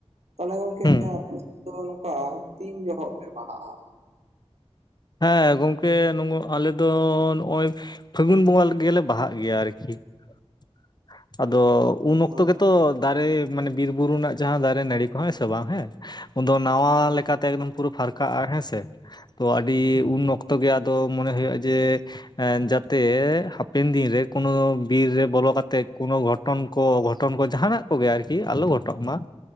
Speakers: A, on the right (about 80°); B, on the left (about 40°).
A: ᱛᱟᱦᱚᱞᱮ ᱜᱚᱝᱠᱮ
B: ᱦᱩᱸ
A: ᱟᱯᱮ ᱫᱚ ᱱᱚᱝᱠᱟ ᱛᱤᱱ ᱡᱚᱦᱚᱜ ᱯᱮ ᱵᱟᱦᱟᱜᱼᱟ?
B: ᱦᱮᱸ ᱜᱚᱝᱠᱮ ᱟᱞᱮ ᱫᱚ ᱱᱚᱜᱳᱭ ᱯᱷᱟᱹᱜᱩᱱ ᱵᱚᱸᱜᱟ ᱜᱮᱞᱮ ᱵᱟᱦᱟᱜ ᱜᱮᱭᱟ ᱟᱨᱠᱤ <inaudible> ᱟᱫᱚ ᱩᱱ ᱚᱠᱛᱚ
A: ᱦᱳᱭ
B: ᱜᱮ ᱛᱚ ᱫᱟᱨᱮ ᱢᱟᱱᱮ ᱵᱤᱨ ᱵᱩᱨᱩ ᱨᱮᱱᱟᱜ ᱡᱟᱦᱟᱸ ᱫᱟᱨᱮ ᱱᱟᱹᱲᱤ ᱠᱚ ᱦᱮᱸ ᱥᱮ ᱵᱟᱝ ᱦᱮᱸ, ᱩᱱᱫᱚ ᱱᱟᱣᱟ ᱞᱮᱠᱟᱛᱮ ᱮᱠᱫᱚᱢ ᱯᱩᱨᱟᱹ ᱯᱷᱟᱨᱠᱟᱜᱼᱟ ᱦᱮᱸᱥᱮ᱾ ᱛᱚ ᱟᱹᱰᱤ ᱩᱱ ᱚᱠᱛᱚ ᱜᱮ ᱟᱫᱚ ᱢᱚᱱᱮ ᱦᱩᱭᱩᱜᱼᱟ ᱡᱮ ᱮᱸ ᱡᱟᱛᱮ ᱦᱟᱯᱮᱱ ᱫᱤᱱ ᱨᱮ ᱠᱳᱱᱳ ᱵᱤᱨ ᱨᱮ ᱵᱚᱞᱚ ᱠᱟᱛᱮᱜ ᱠᱳᱱᱳ ᱜᱷᱚᱴᱚᱱ ᱠᱚ ᱚᱜᱷᱚᱴᱚᱱ ᱠᱚ ᱡᱟᱦᱟᱱᱟᱜ ᱠᱚᱜᱮ ᱟᱨᱠᱤ ᱟᱞᱚ ᱜᱷᱚᱴᱚᱜ ᱢᱟ᱾